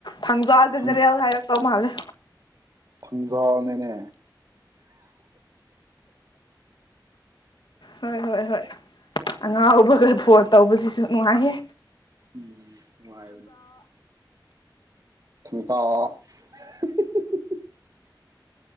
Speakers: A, on the left; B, on the right.
A: ꯊꯥꯡꯖꯥ ꯖꯦꯅꯦꯔꯦꯜ
B: ꯊꯪ
A: ꯍꯥꯏꯔꯛꯇꯧ ꯃꯥꯜꯂꯦ꯫
B: ꯊꯥꯡꯖꯥ ꯅꯦꯅꯦ
A: ꯍꯣꯏ- ꯍꯣꯏ- ꯍꯣꯏ ꯑꯉꯥꯎꯕꯒ ꯐꯣꯟ ꯇꯧꯕꯁꯤꯁꯨ ꯅꯨꯡꯉꯥꯏꯌꯦ!
B: ꯎꯝ ꯅꯨꯡꯉꯥꯏꯕꯅꯦ꯫ <unintelligible>